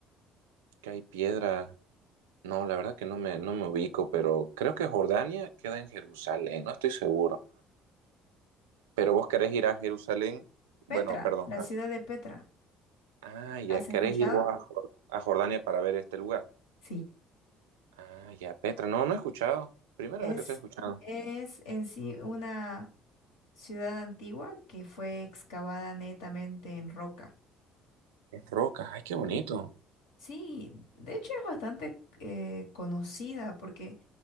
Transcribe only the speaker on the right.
Que hay piedra. No, la verdad que no me, no me ubico, pero creo que Jordania queda en Jerusalén, no estoy seguro. Pero vos querés ir a Jerusalén,
bueno, perdón.
Ah,
ah, ya,
querés
ir vos a, Jor- a Jordania para ver este lugar.
Ah, ya, Petra, no, no he escuchado. Primera
vez que estoy escuchando.
Es roca, ay, qué bonito.